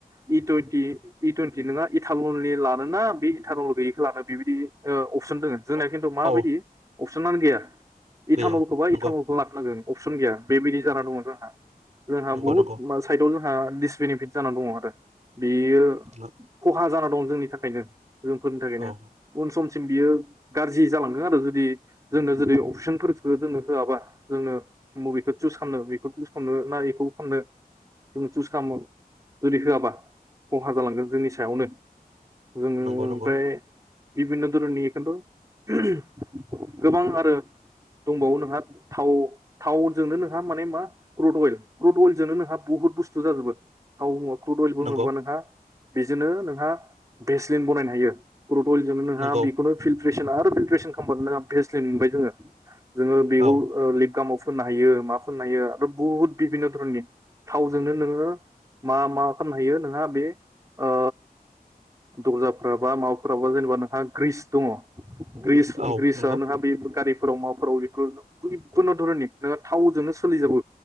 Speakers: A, on the right; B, on the right.
A: इ टुइन्टि इ टुइन्टि नङा इटारनलनि लान ना बे इटारनल गैयैखौ लानो बेबायदि अपसन दोङो। जोंनिया
B: अ
A: खिन्थु माबायदि
B: औ
A: अपसनानो गैया
B: गैया
A: इथानलखौ बा
B: नंगौ
A: इटानलखौ लाखानांगोन। अपसन गैया बेबायदि जानानानै दंमोन जोंहा। जोंहा
B: नंगौ
A: बुहुत
B: नंगौ
A: मा साइथआव जों ओ दिडिसबेनिफिट जानानानै दङ आरो। बेयो
B: नो
A: खहा जानानै दं जोंनि थाखायनो। जोंफोरनि थाखायनो
B: औ
A: उन सम सिम बियो गाज्रि जालांगदों आरो जुदि जोंनो जुदि अपसनफोरख जोंनो होआबा जोंनो मुभिखौ चुस खालामनो बेखौ चुस खालामनो ना बेखौ खालामनो जों चुस खालामो जुदि होआबा। खहा जालांगोन जोंनि सायावनो जोङो
B: नंगौ
A: ओमफ्राय
B: नंगौ
A: बिभिन्न' धरननि बेखौन्थ' गोबां आरो दंबावो नोंहा थाव थावजोंनो नोंहा माने मा क्रुथ अइल, क्रुथ अइेलजोंनो नोंहा बुहुत बुस्थु जाजोबो थाव मा बुंङोबा
B: नंगौ
A: नोंहा। बेजोंनो नोंहा भेस्लिन बनायनो हायो। क्रुट अइलजोंनो नोंहा
B: नंगौ
A: बेखौनो फिलट्रेसन आरो फल्ट्रेसन खालामबानो नोंहा फेसलिन मोनबाय जोङो जोङो बेऔ ओ
B: औ
A: <unintelligible> फुननो हायो मा फुननो हायो आरो बुहुत बिभिन्न' धरननि थावजोंनो नोङो मा मा खालामनो हायो नोंहा बे ओ दर्जाफोर बा माबाफोर बा जेनेबा नोंहा ग्रिस दङ ग्रिस
B: औ
A: ग्रिस
B: नंगौ
A: नों हा गारि फोराव माबाफोराव बेफोरन' जिखुनो धरननिनो थावजोंनो सोलिजोाबो